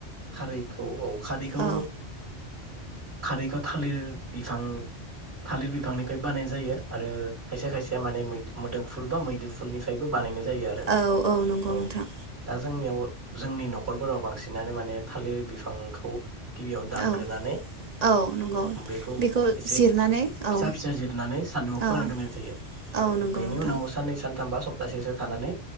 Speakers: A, on the right (about 60°); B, on the right (about 40°).
A: खारैखौ औ खारैखौ
B: औ
A: खारैखौ थालिर बिफां थालिर बिफांनिफ्राय बानायनाय जायो आरो खायसे खायसेया माने मोदोम फुल बा मैदोमफुलनिफ्रायबो बानायनाय जायो आरो
B: औ नंगौ
A: औ
B: नोंथां
A: दा जोंनियाव जोंनि न'खरफोराव बांसिनानो माने थालिर बिफांखौ गिबियावनो दानग्रोनानै
B: औ औ नंगौ
A: बेखौ एसे
B: जिरनानै
A: फिसा
B: औ
A: फिसा जिरनानै सान्दुंआव फोरानग्रोनाय
B: औ
A: जायो
B: औ नंगौ
A: बेनि
B: नोंथां
A: उनाव साननै सानथाम बा सप थासैसो थानानै